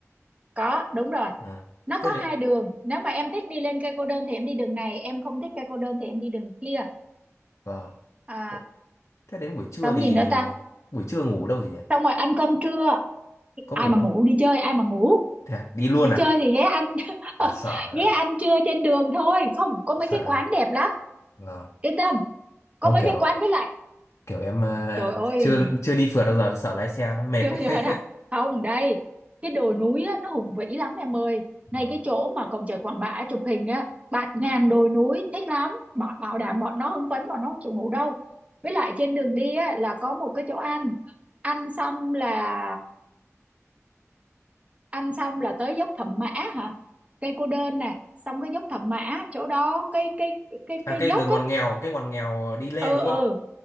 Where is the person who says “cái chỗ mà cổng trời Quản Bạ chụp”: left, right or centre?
Right